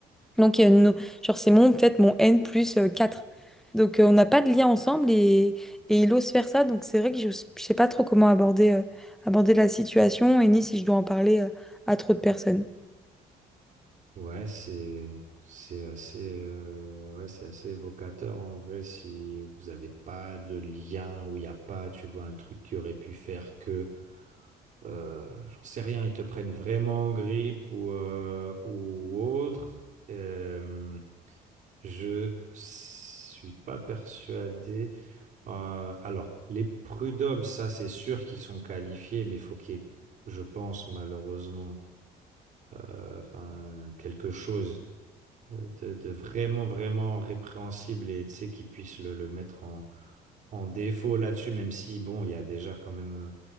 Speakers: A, in the centre; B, on the right.
A: Donc, il y a nos- genre, c'est mon, peut-être mon N plus euh, 4. Donc, euh, on n'a pas de lien ensemble et, et il ose faire ça. Donc, c'est vrai que je ne sais pas trop comment aborder, euh, aborder la situation et ni si je dois en parler, euh, à trop de personnes.
B: Ouais, c'est c'est assez euh, ouais, c'est assez évocateur en vrai si vous n'avez pas de lien ou il n'y a pas, tu vois, un truc qui aurait pu faire que euh, j'en sais rien, ils te prennent vraiment en grippe ou, euh, ou autre. Euh, je suis pas persuadé. Euh, alors, les prud'hommes, ça, c'est sûr qu'ils sont qualifiés, mais il faut qu'il y ait, je pense, malheureusement, euh, enfin, quelque chose euh, de, de vraiment, vraiment répréhensible et, tu sais, qu'ils puissent le, le mettre en, en défaut là-dessus, même si, bon, il y a déjà quand même.